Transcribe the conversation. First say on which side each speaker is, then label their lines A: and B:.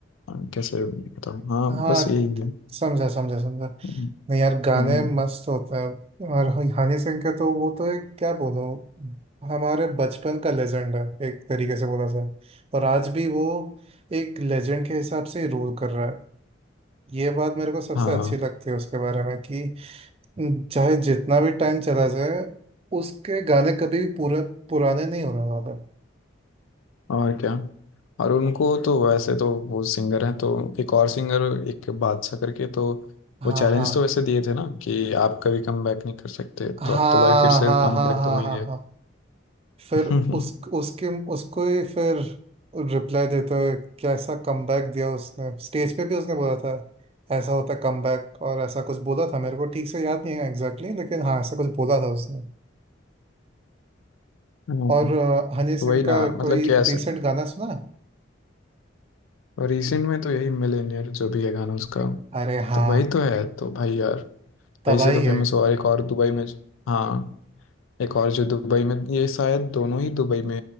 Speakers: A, on the left; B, on the right.
A: अ, कैसे बताऊँ हाँ
B: हाँ
A: बस यही है
B: समझा समझा समझा
A: हम्म,
B: नहीं यार गाने
A: हम्म,
B: मस्त होते हैं और हनी सिंह के तो वो तो एक क्या बोलूं हमारे बचपन का लेजेंड है एक तरीके से बोला जाए और आज भी वो एक लेजेंड के हिसाब से रूल कर रहा है ये बात मेरे को सबसे
A: हाँ
B: अच्छी लगती है उसके बारे में कि चाहे जितना भी टाइम चला जाए उसके गाने कभी भी पूरे पुराने नहीं होने वाले
A: और क्या और उनको तो वैसे तो वो सिंगर हैं तो एक और सिंगर एक बादशाह करके तो
B: हाँ
A: वो चैलेंज
B: हाँ
A: तो वैसे दिए थे ना कि आप कभी कम बैक नहीं कर सकते
B: हाँ
A: तो अब तो भाई फिर से
B: हाँ
A: कम
B: हाँ
A: बैक
B: हाँ
A: तो हो ही
B: हाँ
A: गया
B: हाँ फिर
A: <laughs>
B: उस उसके उसको ही फिर रिप्लाई देते हुए कैसा कमबैक दिया उसने स्टेज पे भी उसने बोला था ऐसा होता कमबैक और ऐसा कुछ बोला था मेरे को ठीक से याद नहीं है एग्जैक्टली exactly, लेकिन हाँ ऐसा कुछ बोला था उसने
A: हम्म,
B: और अ, हनी सिंह
A: तो वही ना
B: का
A: मतलब
B: कोई
A: कि ऐसे
B: रिसेंट गाना सुना
A: रिसेंट में तो यही मिलेनियर जो भी है गाना उसका
B: अरे हाँ
A: तो वही तो है तो भाई यार
B: तबाही
A: वही से तो फेमस
B: है
A: हुआ और एक और दुबई में हाँ एक और जो दुबई में ये शायद दोनों ही दुबई में